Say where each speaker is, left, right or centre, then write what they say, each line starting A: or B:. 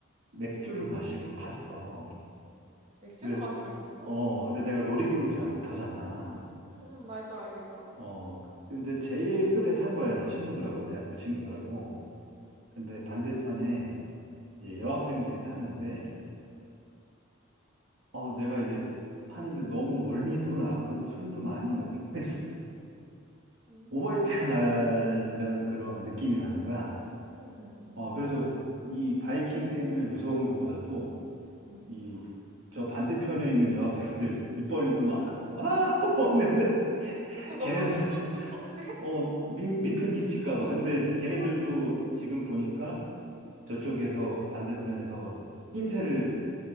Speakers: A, on the right; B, on the right.
A: 맥주를 마시고 탔어.
B: 맥주를
A: 근데,
B: 마시고 탔어?
A: 어, 근데 내가 놀이기구를 잘 못 타잖아.
B: 응, 응, 맞아, 알고 있어.
A: 어, 근데 제일 끝에 탄 거야. 이제 친구들하고, 대학교 친구들하고. 근데 반대편에 이제 여학생들이 탔는데, 어, 내가 이게 하는데 너무 멀미도 나고 술도 많이 먹고 <laughs> 해서
B: 음,
A: 오버히트가 나려는 그런 느낌이 나는 거야.
B: 응응응응응 응 응,
A: 어,
B: 응.
A: 그래서 이 바이킹 때문에 무서운 것보다도
B: 응.
A: 이 저 반대편에 있는 여학생들 <laughs> 입 벌리고 막, 아, 와! <laughs> 하고 는데 <laughs>
B: 그거 너무
A: 걔네들한테,
B: <laughs> 무서운데?
A: 어, 민, 민폐 끼칠까 봐. 근데 걔네들도
B: 그러니까.
A: 지금 보니까 저쪽에서 반대편에서 낌새를